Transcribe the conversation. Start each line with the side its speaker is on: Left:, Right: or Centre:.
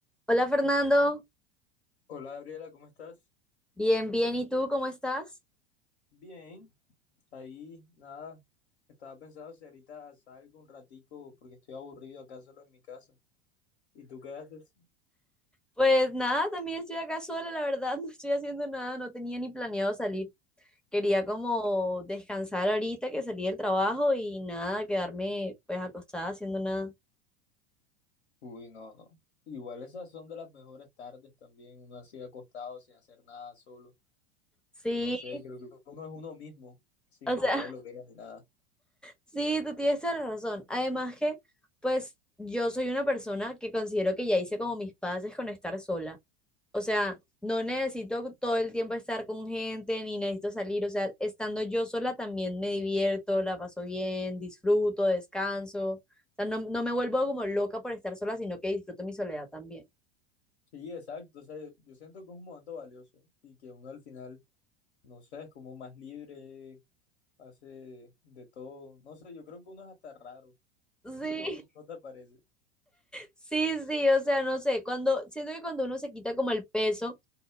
Centre: Hola Fernando,
Left: Hola Gabriela, ¿cómo estás?
Centre: bien, bien, ¿y tú cómo estás?
Left: Bien, ahí nada, estaba pensando si ahorita salgo un ratico porque estoy aburrido acá solo en mi casa. ¿Y tú qué haces?
Centre: Pues nada, también estoy acá sola, la verdad, <laughs> no estoy haciendo nada, no tenía ni planeado salir. Quería como descansar ahorita que salí del trabajo y nada, quedarme pues acostada haciendo nada.
Left: Uy, no, no. Igual esas son de las mejores tardes también, uno así acostado sin hacer nada solo.
Centre: Sí,
Left: No sé, creo que uno es uno mismo, sin
Centre: o
Left: que
Centre: sea,
Left: nadie
Centre: <laughs>
Left: lo vea ni nada.
Centre: sí, tú tienes toda la razón. Además que pues yo soy una persona que considero que ya hice como mis paces con estar sola. O sea, no necesito todo el tiempo estar con gente, ni necesito salir. O sea, estando yo sola también me divierto, la paso bien, disfruto, descanso. O sea, no, no me vuelvo como loca por estar sola, sino que disfruto mi soledad también.
Left: Sí, exacto, o sea, yo siento que es un momento valioso y que uno al final, no sé, es como más libre, hace de todo. No sé, yo creo que uno es hasta raro.
Centre: Sí,
Left: <laughs> No, ¿no te parece?
Centre: sí, sí, o sea, no sé, cuando, siento que cuando uno se quita como el peso